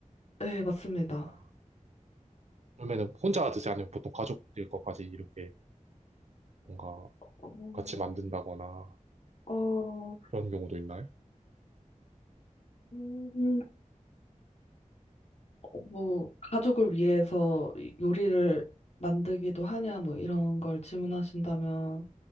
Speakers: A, on the left; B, on the right.
A: 네, 맞습니다.
B: 아, 그러면은 혼자 드세요? 아니면 보통 가족들 것까지 이렇게 뭔가
A: 어,
B: 같이 만든다거나
A: 어,
B: 그런 경우도 있나요?
A: 음, 어, 뭐, 가족을 위해서 요리를 만들기도 하냐, 뭐, 이런 걸 질문하신다면,